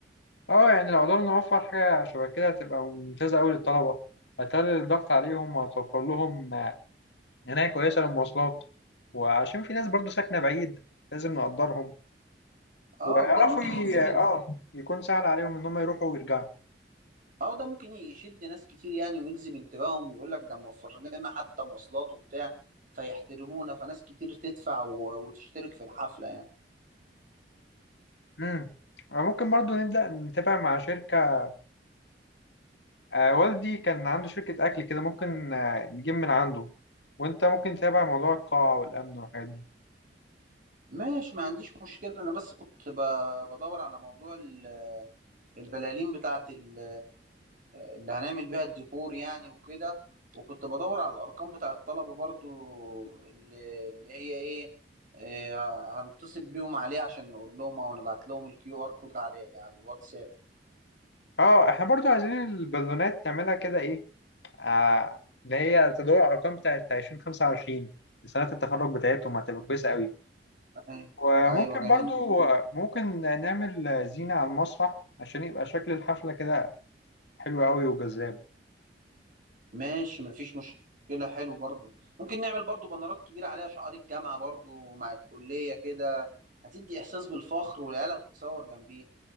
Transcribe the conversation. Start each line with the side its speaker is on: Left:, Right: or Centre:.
Left: اه يعني لو قدرنا نوفر حاجة شبه كده هتبقى ممتازة أوي للطلبة هتقلل الضغط عليهم وهتوفر لهم عناية كويسة للمواصلات وعشان في ناس برضو ساكنة بعيد لازم نقدرهم
Right: اه
Left: ويعرفوا
Right: وده ممكن
Left: ي...
Right: يجذب
Left: اه يكون سهل عليهم إن هم يروحوا ويرجعوا
Right: اه وده ممكن يشد ناس كتير يعني ويجذب انتباههم يقول لك ده موفر لنا حتى مواصلات وبتاع فيحترمونا فناس كتير تدفع و- وتشترك في الحفلة يعني
Left: امم ممكن برضو نبدأ نتابع مع شركة آه والدي كان عنده شركة أكل كده ممكن آه نجيب من عنده وأنت ممكن تتابع موضوع القاعة والأمن والحاجات دي
Right: ماشي ما عنديش مشكلة أنا بس كنت ب... بدور على موضوع ال- البلالين بتاعة ال- اللي هنعمل بيها الديكور يعني وكده وكنت بدور على الأرقام بتاع الطلبة برضو اللي, اللي هي إيه إيه، هنتصل بيهم عليه عشان نقول لهم أو نبعت لهم الكيو آر كود عليه على الواتساب
Left: اه احنا برضو عايزين البالونات تعملها كده ايه آه اللي هي تدور على الأرقام بتاعت 2025 سنة التخرج بتاعتهم هتبقى كويسة قوي
Right: أيوة
Left: وممكن
Right: أيوة، جميل
Left: برضو ممكن نعمل زينة على المسرح عشان يبقى شكل الحفلة كده حلو قوي وجذاب
Right: ماشي مفيش مشكلة حلو برضو ممكن نعمل برضو بانرات كبيرة عليها شعار الجامعة برضو مع الكلية كده هتدي إحساس بالفخر والعيال هتتصور جنبيها